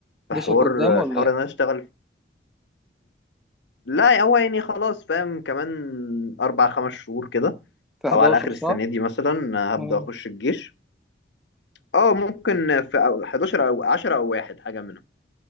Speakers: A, on the left; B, in the centre.
A: في
B: جيشك
A: حوار
B: قدام ولا
A: في حوار
B: ايه
A: ان انا اشتغل لا هو يعني خلاص فاهم كمان اربع خمس شهور كده
B: في 11
A: او على اخر
B: صح
A: السنه دي مثلا هبدا
B: مم.
A: اخش الجيش اه ممكن في أو- 11 او 10 او واحد حاجه منهم